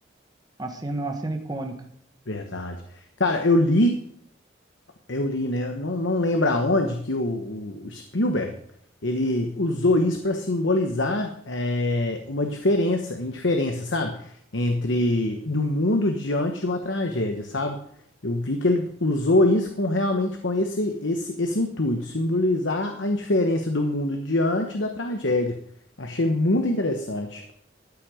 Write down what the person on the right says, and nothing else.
uma cena, uma cena icônica.